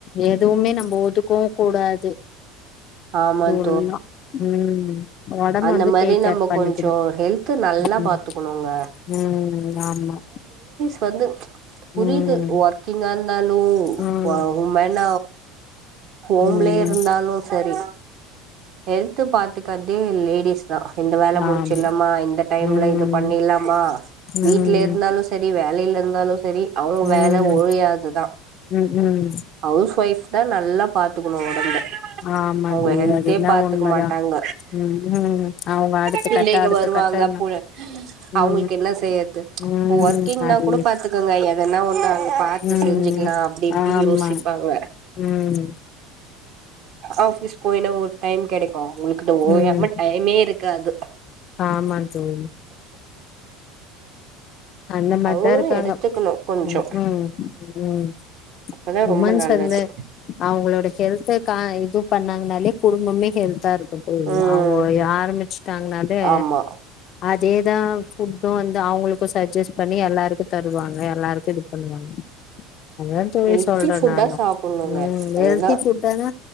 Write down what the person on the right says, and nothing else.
ஆமாங்
அந்த
மாரி
நம்ம
கொஞ்சோ ஹெல்த் நல்லா
பாத்துக்கணுங்க
இப்ப வந்து புரிது
வொர்க்கிங்கா இருந்தாலு
உமன் ஹோம்லயே
இருந்தாலு செரி ஹெல்த் பாத்துக்கறது லேடிஸ் தா இந்த வேல முடிச்சிடலாமா
இந்த டைம்ல
இது பண்ணிலாமா
வீட்ல இருந்தாலு செரி வே வேலைல இருந்தாலு சரி அவுங்க
வேல ஒழியாதுதா
ஹவுஸ் ஒய்ஃப்தா ந ல்லா பாத்துக்கணு ஒடம்ப
அவுங்க
ஹெல்த்தியா
பாத்துக்க
மாட்டாங்க
பிள்ளைக
வருவாங்க
போல அவுங்களுக்கு
என்ன செய்யறது
ஒர்க்கிங்னா
கூட பாத்துக்கங்க எதனா ஒன்னு அவுங்க பாத்து
செஞ்சு க்கலா அப்டி இப்டி
யோசிப்பாங்க
ஆஃபீஸ் கோய்னா ஒரு டைம் கெடைக்கு உங்களுகிட்ட ஓயாம
ம டைமே இருக்காது
அவ்ங்களு
எடுத்துக்கொணு கொஞ்சொ
அப்பதா
ரொம்ப நல்லது
ம்
ஆமா
ஹெல்த்தி
ஃபுட்டா
சாப்புட்ணுங்க
அதுதா